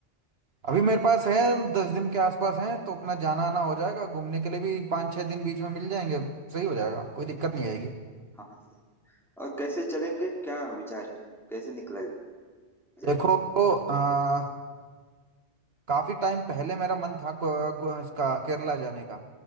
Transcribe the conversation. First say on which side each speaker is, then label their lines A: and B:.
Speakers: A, on the right (about 65°); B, in the centre.
A: अभी मेरे पास है दस दिन के आसपास हैं तो अपना जाना आना हो जाएगा घूमने के लिए भी पाँच छः दिन बीच में मिल जाएंगे सही हो जाएगा कोई दिक्कत नहीं आएगी
B: हम और कैसे चलेंगे क्या विचार है कैसे निकला जाए
A: देखो आ, काफी टाइम पहले मेरा मन था को- गो- इसका केरला जाने का